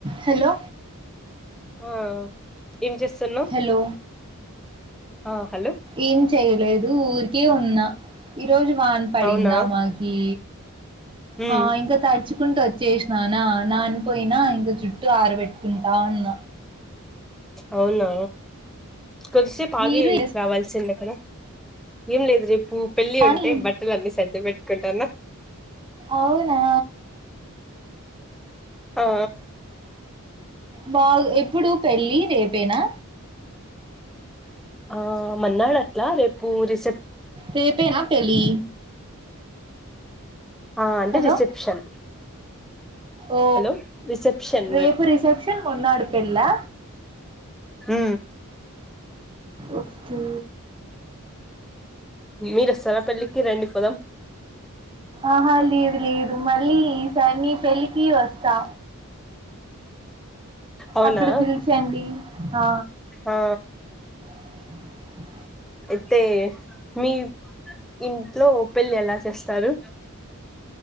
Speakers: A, on the right (about 25°); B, in the centre.
A: Hello
B: ఆ ఏం చేస్తున్నావ్
A: హలో
B: ఆ హలో
A: ఏం చెయలేదు ఊరికే ఉన్నా ఈ రోజు వాన పడిందా
B: అవునా
A: మాకి
B: ఉమ్
A: ఆ ఇంకా తడుచుకుంటూ వచ్చేసిననా నాన్ని పోయినా ఇంకా జుట్టు ఇలా ఆరబెట్టుకుంటా ఉన్న
B: అవునా కొద్దిసేపు ఆగి
A: మీరు
B: రావాల్సింది అక్కడ ఏం లేదు రేపు పెళ్ళి
A: కానీ
B: ఉంటే బట్టలు అన్నీ సద్ది పెట్టుకుంట్టున్న,
A: అవునా
B: ఆ
A: బా ఎప్పుడు పెళ్ళి రేపేనా
B: ఆ రామన్నాడు అట్లా రేపు రి
A: రేపేనా పెళ్లి
B: ఆ అంటే
A: హలో
B: రిసెప్షన్
A: ఓ
B: హలో రిసెప్షన్
A: రేపు రిసెప్షన్ మరోన్నాడు పెళ్లా
B: ఉ
A: ఓకే
B: మీరు వస్తారా పెళ్లికి రండి పోదాం,
A: ఆహ లేదు లేదు మళ్ళీ ఈసారి నీ పెళ్ళికి వస్తా
B: అవునా
A: అప్పుడు పిలిచండి ఆ
B: ఆ
A: <unintelligible>
B: ఐతే మీ ఇ ట్లో పెళ్లి ఎలా చేస్తారు.